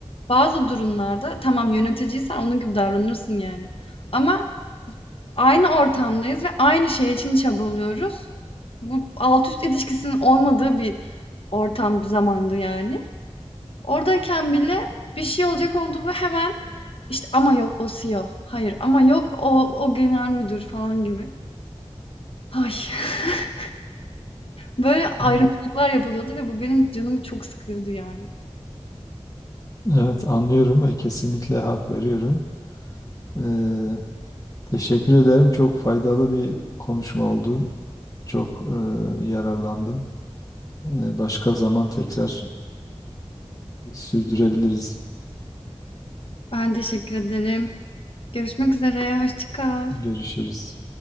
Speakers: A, on the left (about 55°); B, on the left (about 30°).
A: bazı durumlarda tamam yöneticiysen onun gibi davranırsın yani. Ama aynı ortamdayız ve aynı şey için çabalıyoruz. Bu alt üst ilişkisinin olmadığı bir ortam, bir zamandı yani. Oradayken bile bir şey olacak oldu mu hemen, işte, "Ama yok o CEO, hayır ama yok o o genel müdür." falan gibi. Ay, <laughs> böyle ayrımcılıklar
B: evet,
A: yapılıyordu ve bu benim canımı çok sıkıyordu yani.
B: evet, anlıyorum ve kesinlikle hak veriyorum. Ee, teşekkür ederim. Çok faydalı bir konuşma oldu. Çok e, yararlandım. Ee, başka zaman tekrar e, sürdürebiliriz.
A: Ben teşekkür ederim. Görüşmek üzere, hoşça kal.
B: Görüşürüz.